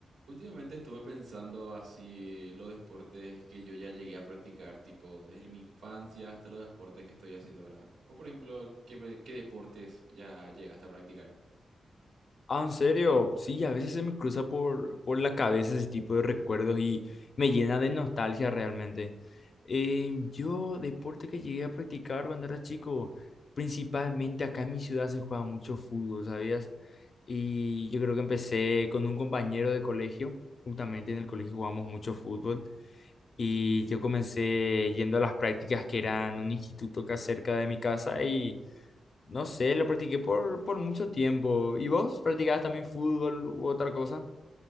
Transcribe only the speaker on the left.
Ah, en serio, sí, a veces se me cruza por, por la cabeza ese tipo de recuerdos y me llena de nostalgia realmente. Eh, yo, deporte que llegué a practicar cuando era chico, principalmente acá en mi ciudad se juega mucho fútbol, ¿sabías? Y yo creo que empecé con un compañero de colegio, justamente en el colegio jugamos mucho fútbol y yo comencé yendo a las prácticas que eran un instituto acá cerca de mi casa y no sé, lo practiqué por, por mucho tiempo. ¿Y vos practicabas también fútbol u otra cosa?